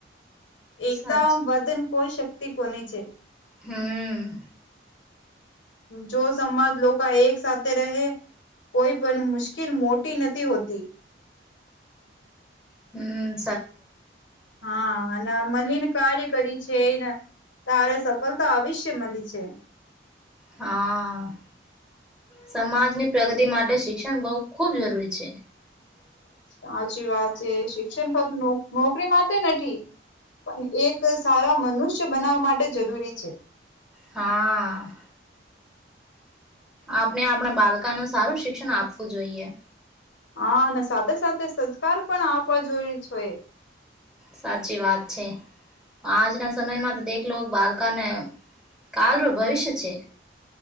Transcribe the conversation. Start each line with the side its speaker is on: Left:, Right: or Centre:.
Left: એકતાઓ
Centre: સાચી
Left: વધે ને કોઈ શક્તિ કોની છે,
Centre: હમ્મ.
Left: જો સમાજના લોકો એક સાથે રહે કોઈ પણ મુશ્કેલ મોટી નથી હોતી.
Centre: હમ્મ.
Left: હા, અને મળીને કાર્ય કરી છે એને તારે સફળતા અવિશ્ય મળી છે.
Centre: હા. સમાજની પ્રગતિ માટે શિક્ષણ બહુ ખૂબ જરૂરી છે.
Left: સાચી વાત છે શિક્ષણ પર નોકરી માટે નથી પણ એક સારા મનુષ્ય બનાવવા માટે જરૂરી છે.
Centre: હા. આપણે આપણા બાળકાનું સારું શિક્ષણ આપવું જોઈએ.
Left: હા અને સાથે-સાથે સંસ્કાર પણ આપવા જોઈએ છીએ.
Centre: સાચી વાત છે, આજના સમયમાં તો દેખીલો બા કને કાલનું ભવિષ્ય છે.